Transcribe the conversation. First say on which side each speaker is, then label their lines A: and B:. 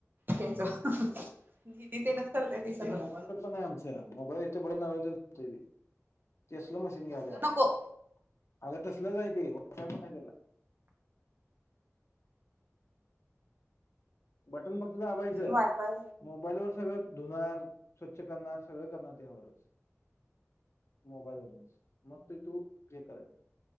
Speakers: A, on the right (about 40°); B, on the left (about 60°).
A: त्याच. दीदी तेन च करत्या ते सगळं.
B: नाही आमच्या मोबाईल इथनं बटन दाबलं तर होतंय ते, तसलं मशीन घ्यालोय
A: तसलं
B: आपण.
A: नको
B: अगं तसलंचय ते पण! बटन फक्त दबायचं
A: वायफाय
B: मोबाईल व सगळ धुणार स्वच्छ करणार सगळं करणार त्यावरच मोबाईल वर नस मग ते तू जे कयल